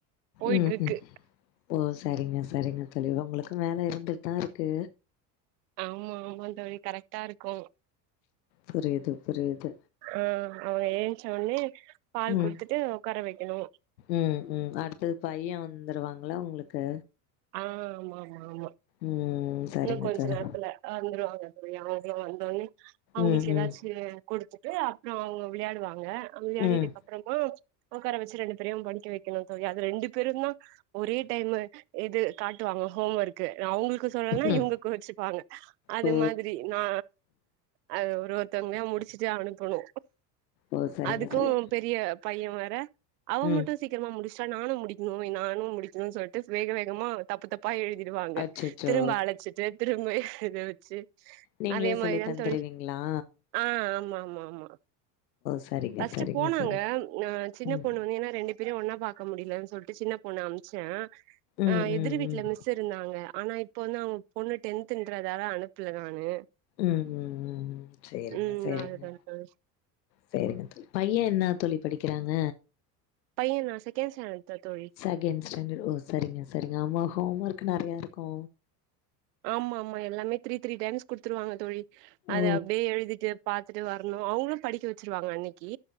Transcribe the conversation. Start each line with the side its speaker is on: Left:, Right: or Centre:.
Right: போயிட்ருக்கு
Left: ம் ம் ஓ சரிங்க சரிங்க தோழி உங்களுக்கு வேல இருந்துட்டு தா இருக்கு
Right: ஆமா ஆமாந் தோழி கரெக்டா இருக்கு
Left: புரியுது புரியுது
Right: அ அவ ஏன்ச்ச ஒன்னே பால்
Left: ம்
Right: குடுத்துட்டு ஒக்கார வைக்கணு
Left: ம் ம் அடுத்தது பைய வந்துருவாங்கள்ள உங்களுக்கு
Right: ஆ ஆமா ஆமா ஆமா
Left: ம் சரிங்க
Right: இன்னு கொஞ்ச
Left: தோழி
Right: நேரத்துல வந்துருவாங்க தோழி அவங்களு வந்தோனே அவங்களுக்கு
Left: ம்
Right: ஏதாச்சி
Left: ம்
Right: கொடுத்துட்டு அப்புற அவங்க விளையாடுவாங்க விளையாடிடக்
Left: ம்
Right: அப்புறமா ஒக்கார வச்சு ரெண்டு பேரையு படிக்க வைக்கணு தோழி அது ரெண்டு பேரு தா ஒரே டைமு இது காட்டுவாங்க ஹோம் ஒர்க்கு அவங்களுக்கு சொல்லன்னா
Left: ம்
Right: இவங்க கோச்சுப்பாங்க அது
Left: ஓ
Right: மாதி தி நா அது ஒரு ஒருத்தவங்கையா முடிச்சுட்டு அனுப்பணு
Left: ஓ சரிங்க
Right: அதுக்கு
Left: சரி
Right: பெரிய பைய வேற அவ
Left: ம்
Right: மட்டு சீக்கிரமா முடிச்சுட்டா நானு முடிக்ணு நானு முடிக்ணுனு சொல்ட்டு வேக வேகமா தப்பு தப்பா எழுதிடுவாங்க
Left: அச்சச்சோ
Right: திரும்ப அழச்சிட்டு திரும்ப எத வச்சு
Left: நீங்களே
Right: அதே
Left: சொல்லி
Right: மாரிதா
Left: தந்துருவீங்ளா
Right: தோழி ஆ ஆமா ஆமா ஆமா
Left: சரிங்க
Right: ஃபர்ஸ்ட்
Left: சரிங்க
Right: போனாங்க
Left: சரி
Right: ஆ சின்ன
Left: ம்
Right: பொண்ணு வந்து ஏன்னா ரெண்டு பேரையு ஒன்னா பாக்க முடியலன் சொல்ட்டு சின்ன பொண்ண அம்ச்ச
Left: ம்
Right: அ எதிர்
Left: ம்
Right: வீட்ல
Left: ம்
Right: மிஸ் இருந்தாங்க ஆனா இப்ப வந்து அவங்க பொண்ணு டென்துன்றதால அனுப்ல நானு
Left: ம் ம் ம் ம் சேரிங்க
Right: ம்
Left: சேரிங்க
Right: அதுதா தோழி
Left: சேரிங்க தோழி பைய என்ன தோழி படிக்கிறாங்க
Right: பையனா செகண்ட் ஸ்டாண்டட் தா தோழி
Left: செகண்ட் ஸ்டாண்டட் ஓ சரிங்க சரிங்க ஆமா ஹோம் ஒர்க் நறையா இருக்கு
Right: ஆமா ஆமா எல்லாமே த்ரீ த்ரீ டைம்ஸ் குடுத்துருவாங்க தோழி
Left: ஓ
Right: அத அப்டியே எழுதிட்டு பாத்துட்டு வரணு அவுங்களு படிக்க வச்சிருவாங்க அன்னைக்கு